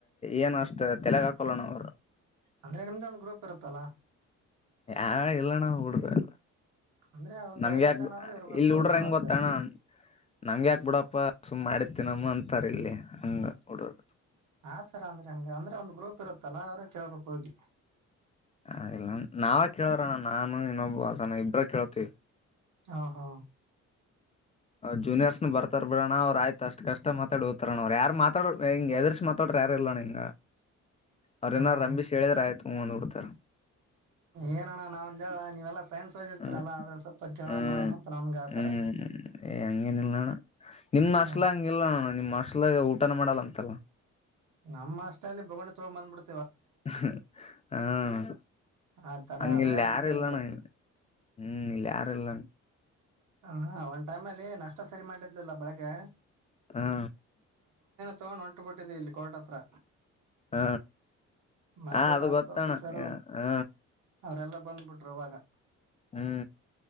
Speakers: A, on the left (about 25°); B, on the right (about 80°).
A: ಏನ ಅಷ್ಟ ತೆಲೆಗ ಹಾಕೊಲ್ಲಣ ಅವರು.
B: ಅಂದ್ರೆ ನಿಮ್ದೊಂದ ಗ್ರೂಪ್ ಇರ್ತುದ ಅಲಾ.
A: ಹಾ ಇಲ್ಲ ನ ಹೂಡಬೇಕ
B: ಅಂದ್ರೆ ಒಂದ್
A: ನಮ್ಗೆ
B: ಐದಾರು
A: ಯಾಕ್
B: ಜನ ಆದ್ರೂ ಇರ್ಬೇಕು
A: ಇಲ್ಲಿ ಹೂಡ್ರ
B: ಕೇಳಕ್
A: ಹೆಂಗ್ ಗೊತ್ತಣ ನಮ್ಗೆ ಯಾಕ್ ಬಿಡಪ್ಪ ಸುಮ್ ಮಾಡಿದ್ದ ತಿನಮ್ ಅಂತಾರ ಇಲ್ಲಿ ಹಂಗ ಹುಡುರು.
B: ಆತರ ಅಂದ್ರ ಹೆಂಗ್ ಅಂದ್ರ ಒಂದ್ ಗ್ರೂಪ್ ಇರತ್ತಲ್ಲ ಅವ್ರ ಕೇಳ್ಬೇಕ್ ಹೋಗಿ.
A: ಹ ಇಲ್ಲ ನಾವ ಕೇಳೋರಣ್ಣ ನಾನು ಇನ್ನೊಬ್ಬ ಅಸನ ಇಬ್ರ ಕೇಳತಿವಿ.
B: ಹ ಹಾ
A: ಜೂನಿಯರ್ಸ್ನು ಬರ್ತಾರ ಬಿಡಣ ಅವ್ರ ಆಯ್ತ ಅಷ್ಟ ಕಷ್ಟ ಮಾತಾಡಿ ಹೊತಾರಣ ಅವ್ರ ಯಾರ್ ಮಾತಡ್ರ ಹಿಂಗ್ ಹೆದರ್ಸ ಮಾತಡ್ರ ಇಲ್ಲಣ್ಣ ಇನ್ನ ಅವ್ರ ಏನ್ನ್
B: ಹ
A: ರಂಬಿಸಿ ಹೇಳಿರ ಆಯ್ತ ಹೂಂ ಅಂದ ಬಿಡ್ತಾರ್.
B: ಏನಣ್ಣ ನಾವ್ಂದ ಹೇಳ ನೀವೆಲ್ಲಾ ಸೈನ್ಸ್ ಓದಿತ್ತರಲ್ಲ
A: ಹ್ಮ್
B: ಅದ ಸ್ವಲ್ಪ ಕೇಳಲ್
A: ಹ್ಮ್
B: ಏನಂತ ನಮ್ಗ ಆತರ
A: ಹ್ಮ್ ಏ ಹಂಗೇನಿಲ್ಲಣ್ನ. ನಿಮ್ ಹಾಸ್ಟೆಲಾಗ್
B: ಹ
A: ಹಂಗಿಲ್ಲಣ್ಣ ನಿಮ್ ಹಾಸ್ಟೆಲಾಗ್ ಊಟನ ಮಾಡಲ್ಲ ಅಂತಲ್ಲ.
B: ನಮ್ಮ ಹಾಸ್ಟೆಲಿ ಬೋಗನಿ ತೊಗೊಂಡ ಬಂದ್ಬಿಡ್ತ
A: ಹ್ಮ ಹಾ ಅಣ್ಣಾ
B: ಆ ತರ
A: ಹಂಗ್
B: ಅದೇ
A: ಇಲ್ಲಿ
B: ಅಂಜಿಕೆ
A: ಯಾರಿಲ್ಲಣ್ಣ.
B: ಅವ್ರಿಗೆ
A: ಹ್ಮ್ ಇಲ್ಲಿ ಯಾರಿಲ್ಲ.
B: ಹ ಒಂದ್ ಟೈಮ್ ಅಲ್ಲಿ ನಾಷ್ಟ ಸರಿ ಮಾಡಿದ್ಲಿಲ್ಲ ಬೆಳಗ್ಗೆ.
A: ಹಾ
B: ತೊಂಡ್ ಹೊಂಟ ಬಿಟ್ಟಿದ್ದ ಇಲ್ಲಿ ಕೋರ್ಟ ಹತ್ರ.
A: ಹ
B: ಮತ್ತೆ
A: ಹ ಅದು
B: ತಾಲೂಕು
A: ಗೊತ್ತಣ
B: ಆಫೀಸರು
A: ಹ
B: ಅವ್ರೆಲ್ಲ ಬಂದ್ಬಿಟ್ರ ಅವಾಗ.
A: ಹ್ಮ್